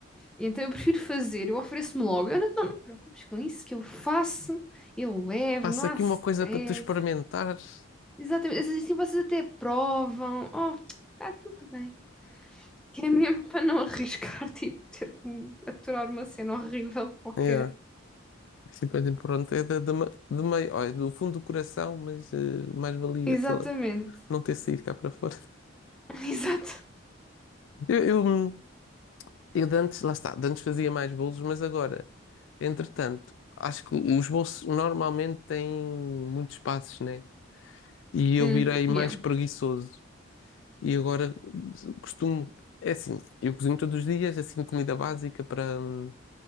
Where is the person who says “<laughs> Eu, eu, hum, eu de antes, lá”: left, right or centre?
Left